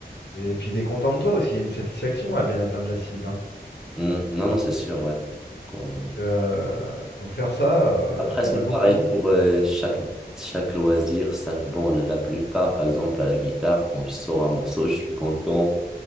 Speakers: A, on the left; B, in the centre.
A: Et puis, t'es content de toi aussi, il y a une satisfaction à bien atteindre la cible. hein.
B: Hmm. Non, non, c'est sûr, ouais. Euh,
A: Donc, euh, Donc, faire ça, euh,
B: Après,
A: j'aimerais
B: c'est
A: beaucoup.
B: pareil pour euh, chaque, chaque loisir. Ça, bon, la, la plupart, par exemple, à la guitare, quand je sors un morceau, je suis content.